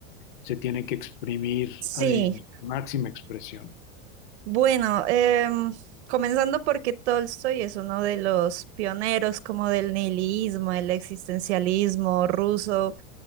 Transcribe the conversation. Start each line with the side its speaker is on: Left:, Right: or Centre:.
Left: se tiene que exprimir
Right: Sí,
Left: a- en su máxima expresión.
Right: bueno, em, comenzando porque Tolstoy es uno de los pioneros como del nihilismo, el existencialismo ruso,